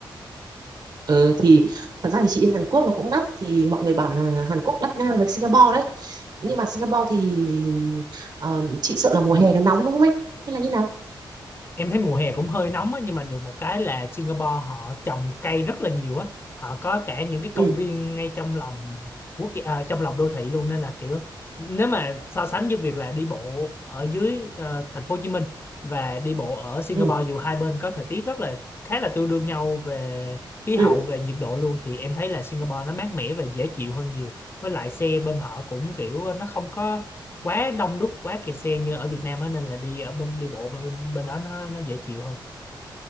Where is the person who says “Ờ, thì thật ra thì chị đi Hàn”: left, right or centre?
Right